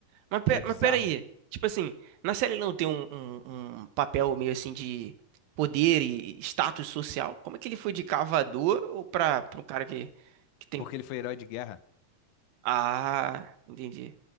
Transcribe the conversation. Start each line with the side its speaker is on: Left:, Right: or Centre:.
Right: Mas, pe-
Left: É bizarro,
Right: mas peraí. Tipo assim, na série não tem um, um- um papel meio assim de poder e status social? Como é que ele foi de cavador ou pra, pra um cara que, que tem.
Left: porque ele foi herói de guerra.
Right: Ah, entendi.